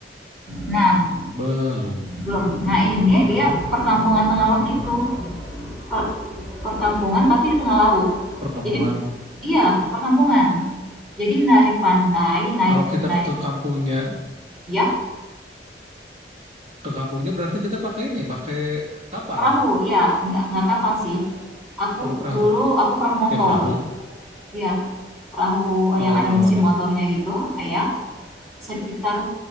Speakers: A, in the centre; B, on the right (about 35°).
A: Nah,
B: Belum.
A: belum. Nah, ini
B: Hmm,
A: dia perkampungan tengah laut gitu. per- perkampungan tapi di tengah laut.
B: perkampungan.
A: Jadi iya, perkampungan. Jadi dari pantai naik
B: Kalau kita
A: naik
B: ke kampungnya,
A: ya
B: ke kampungnya berarti kita pakai ini, pakai kapal,
A: perahu ya nggak nggak kapal sih. Aku
B: pakai perahu.
A: dulu aku perahu motor.
B: Ya perahu.
A: ya perahu
B: Oh,
A: yang ada
B: perahu
A: mesin
B: motor.
A: motornya gitu, ya. Sekitar